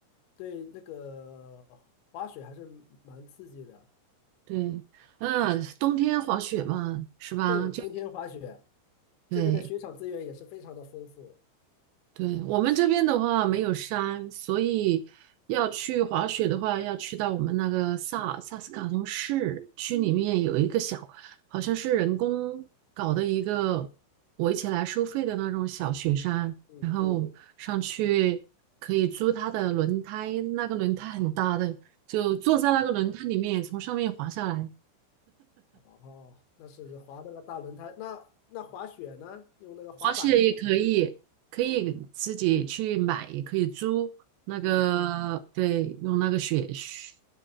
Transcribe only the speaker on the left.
对，那个滑雪还是蛮刺激的。
对，
冬天滑雪，
这边的雪场资源也是非常的丰富。
嗯，
啊，哦，那是滑那个大轮胎，那那滑雪呢？用那个滑板呢？
嗯。